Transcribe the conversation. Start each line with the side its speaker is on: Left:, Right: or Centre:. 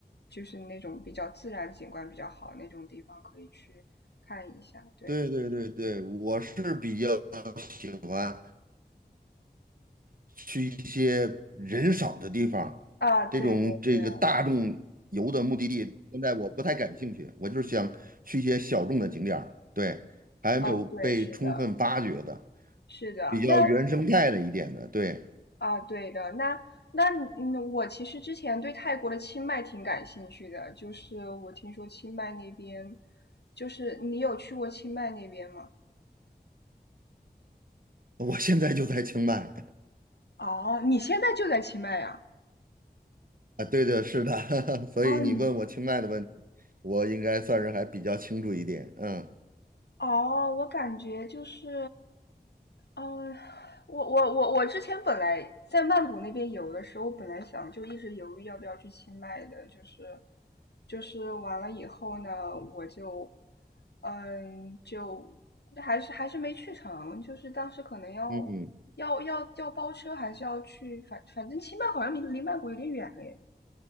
Left: 就是那种比较自然景观比较好那种地方，可以去看一下。对
Right: 对对对对，我是比较喜欢去一些人少的地方，
Left: 啊，对对对，
Right: 这种这个大众游的目的地，现在我不太感兴趣，我就是想去一些小众的景点儿对，还没有被充分发掘的，
Left: 哦，对，是的，是的，
Right: 比较原生态的一点的，
Left: 那
Right: 对，
Left: 啊，对的，那那嗯，我其实之前对泰国的清迈挺感兴趣的，就是我听说清迈那边，就是你有去过清迈那边吗？
Right: 我现在就在清迈
Left: 哦，你现在就在清迈呀？
Right: <laughs> 啊，对的，是的，<laughs> 所以你问我清迈的问题，
Left: 哦，你
Right: 我应该算是还比较清楚一点，嗯
Left: 哦，我感觉就是，嗯、我我我我之前本来在曼谷那边游的时候，我本来想就一直犹豫要不要去清迈的，就是就是完了以后呢，我就嗯就还是还是没去成，就是当时可能要要要要包车，
Right: 嗯。
Left: 还是要去反反正清迈好像离离曼谷有点远嘞。